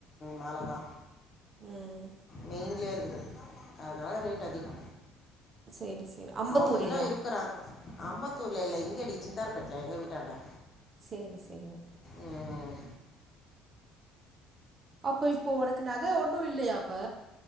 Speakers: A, on the left; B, on the right.
A: மேலதா
B: ம்
A: மெயின்லயே இருக்குது அதனால ரேட் அதிகோ
B: சேரி சேரி அம்பத்தூர்லயா
A: அவங்க இன்னு இருக்குறாங் அம்பத்தூர்ல இல்ல இங்கடி சிந்தாரப்பேட்ல எங்க வீட்டாண்ட
B: சேரி செரிங்
A: ம்
B: அப்ப இப்ப ஒனக்கு நக ஒண்ணு இல்லயா அப்ப